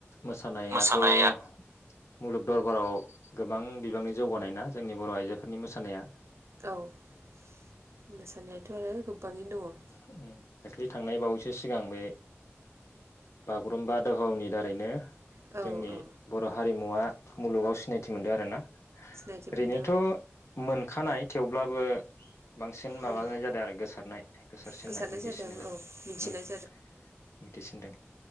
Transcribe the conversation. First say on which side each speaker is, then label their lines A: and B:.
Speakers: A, on the left; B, on the right.
A: मोसानायाथ'।
B: मोसानाया
A: मुलुग दरबाराव गोबां बिबांनि जौगानाय ना जोंनि बर' आइजोफोरनि मोसानाया।
B: औ मोसानायाथ' आरो गोबाङैनो दङ।
A: उम दाख्लै थांनाय बावैसो सिगां बे बागुरुम्बा दोहौनि दारैनो
B: दङ औ
A: जोंनि
B: औ
A: बर' हारिमुवा मुलुगाव सिनायथि मोनदों आरोना?
B: सिनायथि
A: ओरैनोथ'
B: मोनदों औ
A: मोनखानाय थेवब्लाबो बांसिन, माबानाय
B: उम
A: जादों आरो गोसारनाय गोसारसिननाय
B: गोसारनाय
A: मिथिसिनाय जादों
B: औ मिथिनाय
A: उम, मिथिसिनदों।